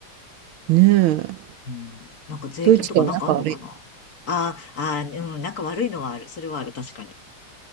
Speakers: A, on the right (about 75°); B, on the left (about 45°).
A: ねえ。
B: うん、なんか税金とかなんかあんのかな
A: ドイツとは仲悪い。
B: ああ、あうん、なんか悪いのはある。それはある、確かに。